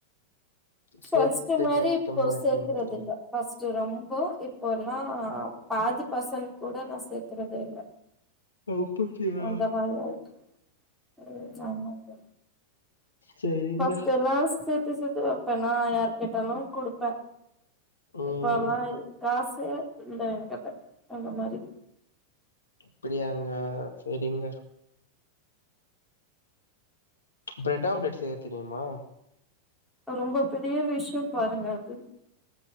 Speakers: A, in the centre; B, on the left.
A: ஃபர்ஸ்ட்டு
B: சேத்து
A: மாரி
B: வெக்க
A: இப்போ
B: மாட்டீங்களா
A: சேக்குறது இல்ல ஃபர்ஸ்ட்டு ரொம்ப இப்போ எல்லாம் பாதி பசல் கூட நா சேக்குறதே இல்ல
B: அப்படியா
A: அந்த மாதிரி ஆயிட்டு ம் ஆமாங்க
B: சரிங்க
A: ஃபர்ஸ்டு எல்லாம் சேத்து சேத்து வைப்பேன்னா யார் கேட்டாலும் குடுப்பேன்
B: ம்
A: இப்பல்லாம் காசே இல்ல என் கிட்ட அந்த மாரி
B: அப்படியாங்க சரிங்க பிரெட் ஆம்லேட் செய்ய தெரியுமா
A: ரொம்ப பெரிய விஷயம் பாருங்க அது